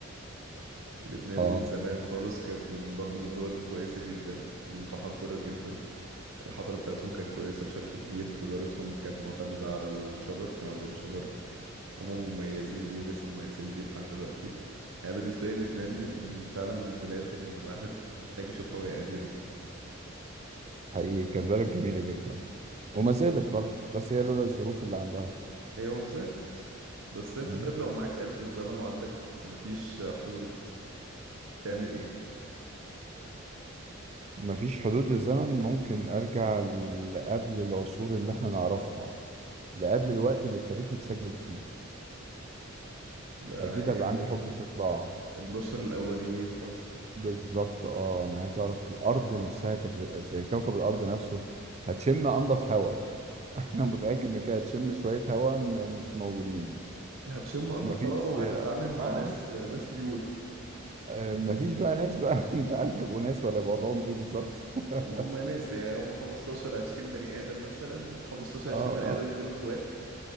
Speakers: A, on the right; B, on the right.
A: لبنان
B: اه
A: زمان خالص كانت من برضو من الدول الكويسة جدا متحضرة جدا الحضارة بتاعتهم كانت كويسة بشكل كبير تجارتهم كانت معتمدة على الشجر كان عندهم شجر هم مميزين بيه ولسه مميزين بيه لحد دلوقتي يعني بالنسبة لي لبنان من من فعلا من البلاد اللي الواحد يحتاج يشوفها وهي قديمة
B: حقيقي كانت بلد جميلة جدا وما زالت برضه بس هي لولا الظروف اللي عندها
A: هي وما زالت بس انت
B: مم.
A: طيب لو معاك آلة الزمن وعندك مفيش حدود تعمل ايه؟
B: مفيش حدود للزمن ممكن أرجع لقبل العصور اللي احنا نعرفها لقبل الوقت اللي التاريخ اتسجل فيه
A: ده
B: أكيد
A: أيام
B: هيبقى عندي
A: ال-
B: حب استطلاع
A: البشر الأوليين خالص
B: بالظبط اه أنا عايز أعرف الأرض نفسها كانت هتبقى إزاي كوكب الأرض نفسه هتشم أنضف هواء <laughs> أنا متأكد من كده هتشم شوية هواء م- مش موجودين
A: هتشم انضف
B: مفيش
A: هواء وهتتعامل مع
B: اه
A: ناس ناس بيور
B: آه، مفيش بقى ناس بقى <laughs> مش عارف هيبقوا ناس ولا يبقى وضعهم ايه بالظبط <laughs>
A: هم هم ناس يعني هم 15 20 بني ادم مثلا 15
B: اه
A: 20 بني
B: اه
A: ادم دول اخوات